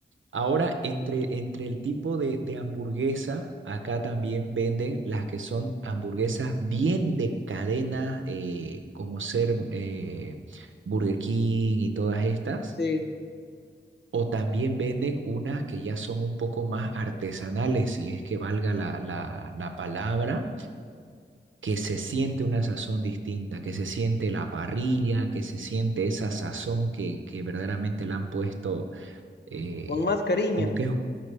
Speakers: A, on the right (about 85°); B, on the left (about 60°).
A: ahora, entre, entre el tipo de, de hamburguesa, acá también venden las que son hamburguesas bien de cadena, eh, como ser eh, Burger King y todas estas
B: Sí,
A: O también venden unas que ya son un poco más artesanales, si es que valga la, la, la palabra, que se siente una sazón distinta, que se siente la parrilla, que se siente esa sazón que, que verdaderamente le han puesto, eh,
B: con más cariño.
A: como que es